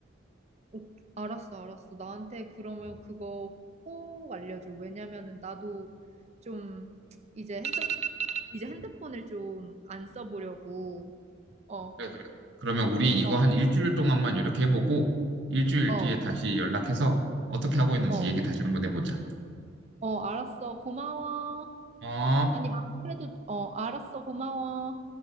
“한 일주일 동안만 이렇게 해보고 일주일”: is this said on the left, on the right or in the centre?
Right